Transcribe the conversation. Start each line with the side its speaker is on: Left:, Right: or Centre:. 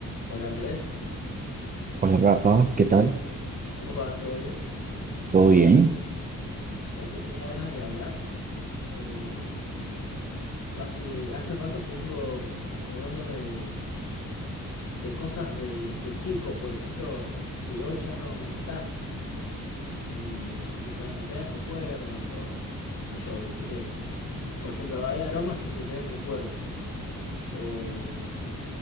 Left: Hola Andrés,
Right: Hola Rafa, ¿qué tal?
Left: ¿cómo va? ¿Todo bien?
Right: ¿Todo bien?
Left: Sabes que tenía ganas de hablar. Eh, hace, hace rato que vengo acordándome de, de cosas de, de chico, por ejemplo, que hoy ya no, no están y que traen, me traen recuerdos o qué sé yo, viste que, por ejemplo, hay aromas que te traen recuerdos o,